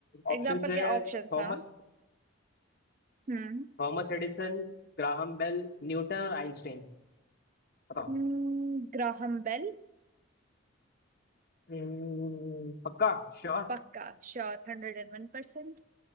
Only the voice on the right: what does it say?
एग्जाम्पल
के ऑप्शंस
हाँ हम्म
हम्म, ग्राहम बेल
पक्का श्योर हंड्रेड एंड वन परसेंट